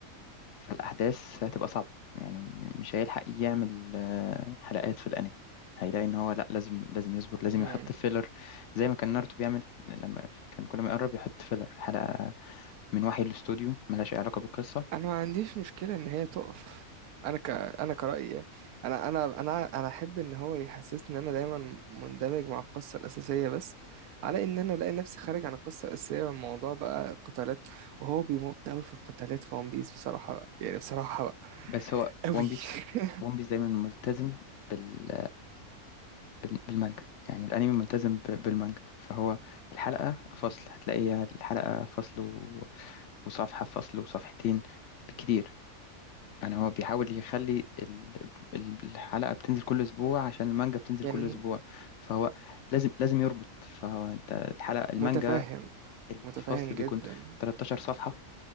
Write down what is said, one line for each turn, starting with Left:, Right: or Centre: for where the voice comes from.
Left: فالأحداث هتبقى صعبة يعني م- مش هيلحق يعمل آه، حلقات في الأنمي هيلاقي إن هو لأ لازم لازم يصبر لازم
Right: مم.
Left: يحط فيلر زي ما كان ناروتو بيعمل لما كان كل ما يقرب يحط فيلر حلقة من وحي الاستوديو ملهاش أي علاقة بالقصة
Right: انا ما عنديش مشكله ان هي تقف انا ك انا كرأيي يعني. انا انا انا انا احب ان هو يحسسني ان انا دايما مندمج مع القصه الاساسيه بس على ان انا الاقي نفسي خارج عن القصه الاساسيه والموضوع بقى قتالات وهو بيمط قوي في القتالات في ون بيس بصراحه بقى يعني بصراحه بقى
Left: بس هو
Right: قوي
Left: ون بيس
Right: <laughs>
Left: ون بيس دايما ملتزم بال... بال... بالمانجا يعني الأنمي ملتزم ب... بالمانجا فهو الحلقة فصل هتلاقيها الحلقة فصل و... وصفحة فصل وصفحتين بالكتير يعني هو بيحاول يخلي ال- ال- الحلقة بتنزل كل أسبوع عشان المانجا بتنزل
Right: يعني
Left: كل أسبوع فهو لازم لازم يربط فهو أنت الحلقة المانجا
Right: متفهم
Left: الفصل
Right: متفهم جدا
Left: بيكون 13 صفحة